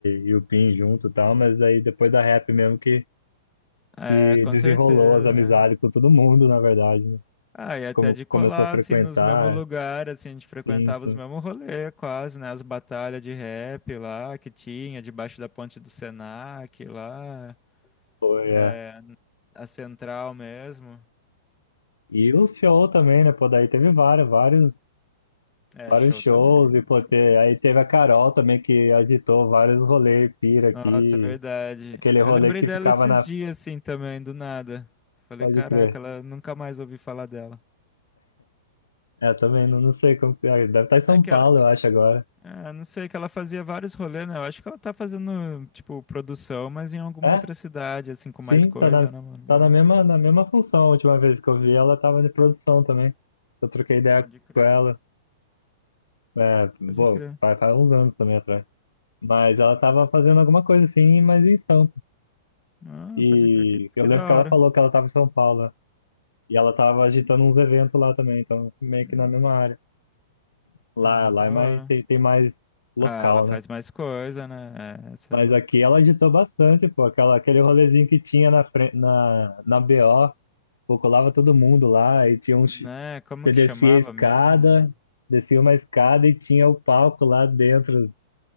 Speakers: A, on the left (about 85°); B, on the left (about 20°).
A: e o Pin junto e tal, mas aí depois da rap mesmo que,
B: É,
A: que
B: com
A: desenrolou
B: certeza.
A: as amizades com todo mundo, na verdade, né?
B: Ah, e até
A: Como
B: de colar,
A: começou a frequentar,
B: assim, nos mesmos lugares, assim, a gente frequentava
A: sim, sim,
B: os mesmos rolês, quase, né? As batalhas de rap lá que tinha, debaixo da ponte do Senac lá,
A: foi,
B: é,
A: é.
B: a central mesmo.
A: E o show também, né? Pô, daí teve vários, vários,
B: É,
A: vários
B: show
A: shows,
B: também,
A: e pô,
B: show.
A: te, aí teve a Carol também que agitou vários rolês, pira aqui,
B: Nossa, é verdade.
A: aquele rolê
B: Eu lembrei
A: que
B: dela
A: ficava
B: esses
A: na
B: dias, assim, também, do nada. Falei,
A: Pode
B: caraca,
A: crer.
B: ela nunca mais ouvi falar dela.
A: É, também não, não sei como que é. Deve estar em São
B: É que
A: Paulo,
B: ela,
A: eu acho, agora.
B: ah, não sei, que ela fazia vários rolês, né? Eu acho que ela tá fazendo, tipo, produção, mas em alguma
A: É,
B: outra cidade, assim, com
A: sim,
B: mais coisa,
A: tá na,
B: né, mano?
A: tá na mesma,
B: É.
A: na mesma função. A última vez que eu vi ela tava de produção também. Eu troquei ideia
B: Pode crer.
A: com ela. É, bom,
B: Pode crer.
A: faz, faz uns anos também atrás. Mas ela tava fazendo alguma coisa assim, mas em Sampa.
B: Ah,
A: E
B: pode crer. Que,
A: eu
B: que
A: lembro
B: da
A: que ela
B: hora.
A: falou que ela tava em São Paulo. né? E ela tava agitando uns eventos lá também, então meio
B: Hum,
A: que na mesma área. Lá,
B: hum,
A: lá
B: da
A: é mais,
B: hora.
A: tem, tem mais local,
B: Ah, ela faz
A: né?
B: mais coisa, né? É, você
A: Mas
B: é louco.
A: aqui ela agitou bastante, pô. Aquela, aquele rolezinho que tinha na, fren- na, na BO, pô, colava todo mundo lá e tinha um.
B: Né?
A: chi-
B: Como
A: Você
B: que
A: descia
B: chamava
A: a escada,
B: mesmo, mano?
A: descia uma escada e tinha o palco lá dentro,